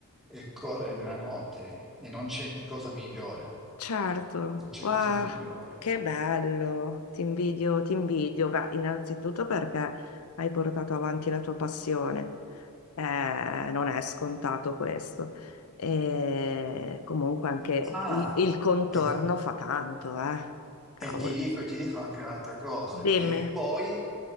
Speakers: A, in the centre; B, on the left.
A: e correre nella notte. E non c'è cosa migliore.
B: certo.
A: Non c'è
B: Wow,
A: cosa migliore.
B: che bello, ti invidio, ti invidio. Beh, innanzitutto perché hai portato avanti la tua passione. Eh, non è scontato questo. E comunque anche
A: Ah,
B: il, il contorno
A: e,
B: fa tanto, eh. Cavolo.
A: E ti dico, ti dico anche un'altra cosa,
B: Dimmi.
A: che poi